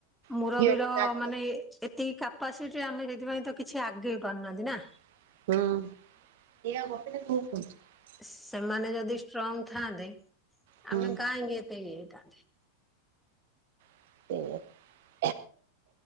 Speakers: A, in the centre; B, on the right.
A: ମୁରବୀର
B: ଝିଅଟି ଲାଗି
A: ମାନେ ଏତିକି କାପାସିଟି ଆମେ ସେଥିପାଇଁ ତ କିଛି ଆଗେଇ ପାରୁନାହାନ୍ତି ନା।
B: ହଁ।
A: ସେମାନେ ଯଦି ଷ୍ଟ୍ରଙ୍ଗ ଥାଆନ୍ତେ
B: ହୁଁ
A: ଆମେ କାହିଁକି ଏତେ ଇଏ ହେଇ ଥାନ୍ତେ।
B: <unintelligible>